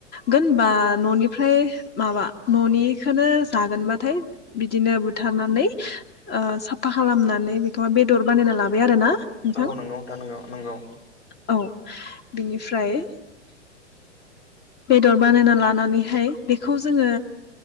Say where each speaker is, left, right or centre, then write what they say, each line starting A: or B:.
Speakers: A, on the left; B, on the left.
A: गोन होनबा न'निफ्राय माबा न'नि खौनो जागोनबाथाय बिदिनो बुथारनानै साफा खालामनानै बेखौबा बेदर बानायना लाबाय आरो ना नोंथां
B: औ नंगौ नुथा नोंगौ नंगौ
A: औ बिनिफ्राय बेदर बानायना लानानैहाय बेखौ जोङो